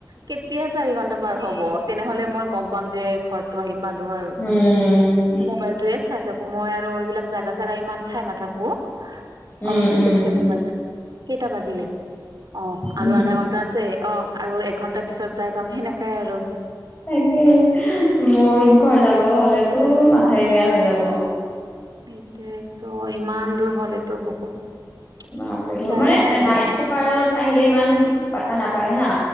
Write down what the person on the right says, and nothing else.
কেতিয়া চাৰি ঘন্টা পাৰ হ'ব, তেনেহলে মই গম পাম যে ঘৰৰতটো আহি পালো আৰু
মোবাইলটোৱে চাই থাকো মই আৰু এইবিলাক জাগা-চাগা ইমান চাই নাথাকো
অলপ পিছে, পিছে মোবাইল কেইটা বাজিলে অ', আৰু
আধা ঘণ্টা আছে, অ', আৰু এঘণ্টা পিছত যাই পাম সেনেকাই আৰু
সেইটোয়েতো ইমান দূৰ হ'লেতো বহুত
সমস্যায়ে
হয়
আৰু